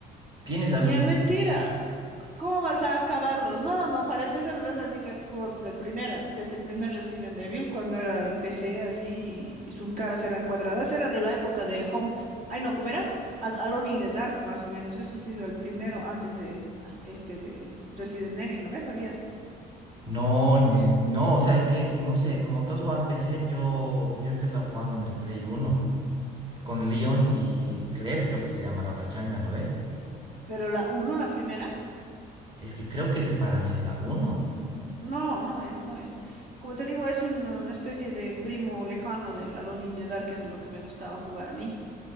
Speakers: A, on the right; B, on the right.
A: ¿Tienes algún
B: Ya mentira.
A: plan?
B: C- ¿Cómo vas a acabarlos? No, no, no. Para empezar me vas a decir que has jugado desde el primera, desde el primer Resident Evil, cuando era empecé así y, y sus caras eran cuadradas. Era de la época de Home. Ay, no, ¿cómo era? A- Alone in the Dark, más o menos. Ese ha sido el primero antes de ah, este del Resident Evil, ¿no ves? ¿Sabías?
A: No, ni- no, o sea, es que, no sé, como todos juegan en PC, yo, yo he empezado jugando en el Play uno eh, con Leon y Claire, creo que se llama la otra changa, ¿no ve?
B: Pero la uno, la primera,
A: Es que creo que ese para mí es la uno
B: no, no es, no es. Como te digo, es una especie de primo lejano del Alone in the Dark, que es lo que me gustaba jugar a mí.